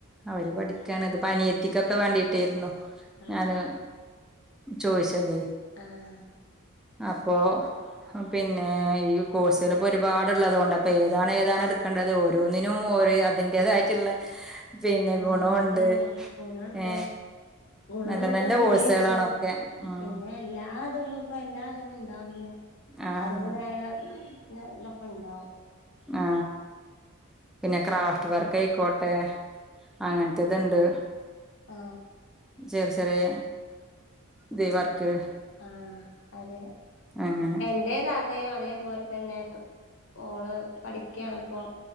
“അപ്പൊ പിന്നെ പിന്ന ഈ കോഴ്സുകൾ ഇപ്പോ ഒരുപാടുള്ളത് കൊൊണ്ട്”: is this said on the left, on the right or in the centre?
Centre